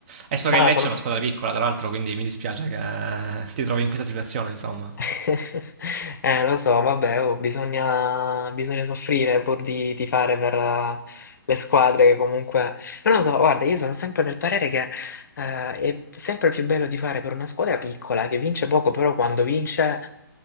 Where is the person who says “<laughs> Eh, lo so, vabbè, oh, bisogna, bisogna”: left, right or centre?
Left